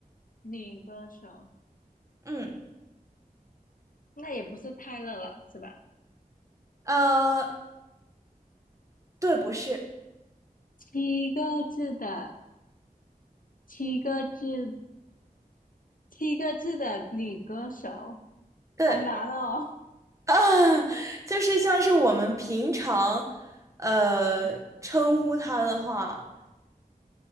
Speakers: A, on the left; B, on the right.
A: 女歌手，
B: 嗯，
A: 那也不是泰勒了，是吧？
B: 呃，对，不是，
A: 七个字的，七个字，七个字的女歌手，
B: 对，
A: 好难哦。
B: 啊，<laughs> 就是像是我们平常，呃，
A: 嗯，
B: 称呼它的话，